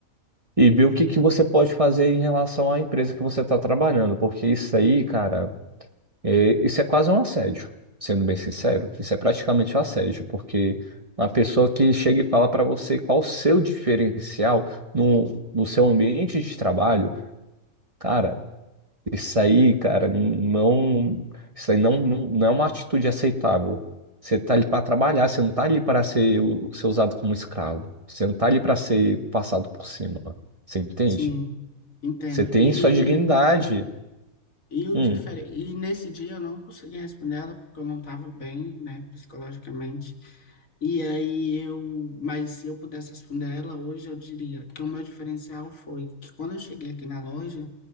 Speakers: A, on the right; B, on the left.
A: e vê o que, que você pode fazer em relação à empresa que você está trabalhando, porque isso aí, cara. É, isso é quase um assédio, sendo bem sincero. Isso é praticamente um assédio, porque uma pessoa que chega e fala para você qual o seu diferencial no, no seu ambiente de trabalho, cara, isso aí, cara, não, isso aí não, não, não é uma atitude aceitável. Você tá ali para trabalhar, você não tá ali para ser, o- ser usado como escravo. Você não tá ali para ser passado por cima. Você entende?
B: sim, entendo.
A: Você tem
B: E
A: sua dignidade.
B: E, o
A: Hum,
B: difer... e nesse dia eu não consegui responder ela porque eu não estava bem, né, psicologicamente. E aí eu, mas se eu pudesse responder ela hoje, eu diria que o meu diferencial foi que quando eu cheguei aqui na loja,